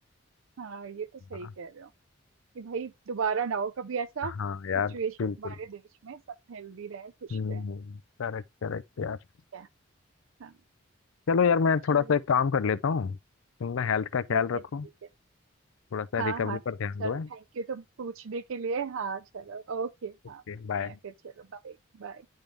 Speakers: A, on the right; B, on the left.
A: हाँ ये तो सही
B: हाँ
A: कह रहे हो कि भाई दोबारा ना हो कभी ऐसा
B: हाँ यार
A: सिचुएशन
B: बिल्कुल
A: हमारे देश में सब हेल्दी रहे खुश
B: हम्म
A: रहे
B: करेक्ट करेक्ट यार
A: क्या हाँ
B: चलो यार मैं
A: चलो
B: थोड़ा सा एक काम कर लेता हूँ तुम ना हेल्थ का ख्याल
A: ठीक
B: रखो
A: है ठीक है
B: थोड़ा सा
A: हाँ
B: रिकवरी
A: हाँ
B: पर ध्यान
A: चलो
B: दो है
A: थैंक यू तुम पूछने के लिए हाँ चलो ओके
B: Okay
A: हाँ ठीक
B: bye
A: है, फिर चलो बाय बाय